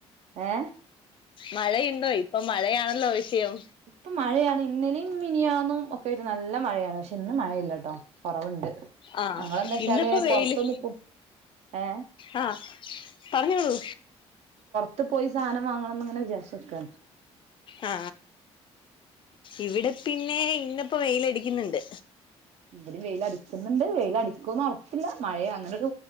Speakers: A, on the right (about 70°); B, on the left (about 45°).
A: ഏ
B: മഴയുണ്ടോ ഇപ്പൊ മഴയാണല്ലോ വിഷയം
A: ഇപ്പ മഴയാണ് ഇന്നലിം മിനിയാന്നും ഒക്കെ ഒരു നല്ല മഴയാണ് പക്ഷെ ഇന്ന് മഴയില്ലട്ടോ കൊറവുണ്ട്
B: ആ
A: ഞങ്ങളെന്താ വെച്ചാല്
B: ഇന്നിപ്പോ വെയില്
A: പൊറത്തൊന്ന് പോ ഏ
B: ആ പറഞ്ഞോളൂ
A: ത്ത് പോയി സാധനം വാങ്ങണംഎന്ന് ഇ ങ്ങനെ വിചാരിച്ച്ക്കാ
B: ആ ഇവിടെ പിന്നെ ഇന്നപ്പോ വെയിലടിക്കുന്നുണ്ട്
A: ഇവിടും വെയിൽഅടിക്കുന്നുണ്ട് വെയിൽ അടിക്കോന്ന് ഉറപ്പില്ല മഴ അങ്ങനെയൊര്